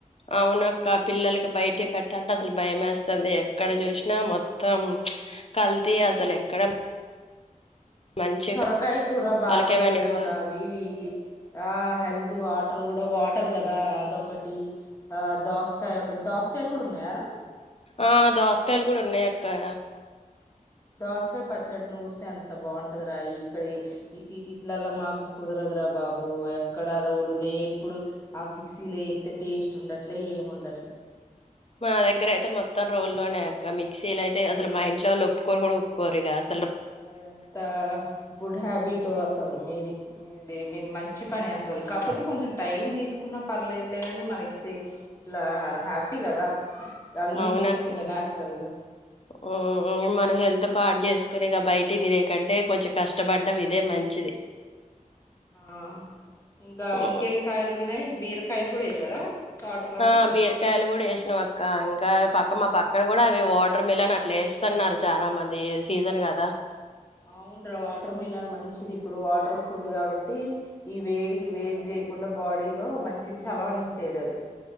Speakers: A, on the left (about 45°); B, on the left (about 20°).
A: అవునక్క పిల్లలకి బయట పెట్టాలంటే అసలు భయేస్తాంది ఎక్కడ చూసినా మొత్తం కల్తీ
B: ఆ
A: అసలు ఎక్కడ మంచిగా
B: సొరకాయ కూర బాగాబెట్టను
A: వాళ్ళకేమైనా ఇవ్వ
B: రావి ఈ ఆ హెల్త్ వా వాటర్ కూడా వాటర్ కదా అదొకటి ఆ దోసకాయ ఒకటి దోసకాయలు కూడా ఉన్నాయారా
A: ఆ దోసకాయలు కూడా ఉన్నాయి అక్కా
B: దోసకాయ పచ్చడిని ఊరితే అంత బాగుంటదిరా ఇక్కడ ఈ సిటీస్లలో మాకు కుదరదురా బాబు ఎక్కడ రోల్ ఉండే ఎప్పుడు ఆ మిక్సీలో ఏతే టేస్ట్ ఉండట్లే ఏమి ఉండట్లే
A: మా దగ్గర అయితే మొత్తం రోల్లోనే అక్క మిక్సీలో అయితే అసలు మా ఇంట్లో వాళ్ళ ఒప్పుకొని కూడా ఒప్పుకోరుగా అస
B: ఎంతా గుడ్ హ్యాబిట్ అసలు మీది మీది మీది మంచి పని అస లు కాకపోతే కొంచెం టైం తీసుకున్న పర్లేదులే కానీ మనకి ఇట్లా హ్యాపీ కదా అన్ని
A: అవునక్క
B: చేసుకుంటా నాచురల్ గా
A: ఉం మనం హెల్త్ పాడు చేసుకుని ఇక బయటి తినకంటే కొంచెం కష్టపడ్డం ఇదే మంచిది
B: ఆ ఇంకా
A: ఉమ్.
B: ఇంకేంకాయలు ఉన్నాయి బీరకాయలు కూడా వేసారా తోటలాగా
A: ఆ బీరకాయలు కూడా ఏశినవక్క ఇంకా ఆ పక్క మా పక్కన కూడా అవి వాటర్ మిలన్ అట్లేస్తున్నారు చానా మంది సీజన్ కదా
B: అవున్ రా వాటర్ మిలాన్ మంచిది ఇప్పుడు వాటర్ ఫుడ్ కాబట్టి ట్టి ఈ వేడికి వేడి చేయకుండా బాడీ లో మంచి చలవని ఇచ్చేది అది